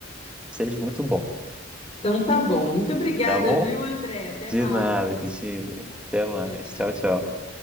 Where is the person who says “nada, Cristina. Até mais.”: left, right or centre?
Centre